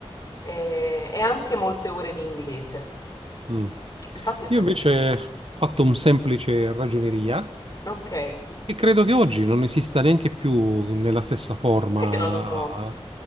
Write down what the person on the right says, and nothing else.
Mm.
Io invece
ho fatto un semplice ragioneria
E credo che oggi non esista neanche più nella stessa forma.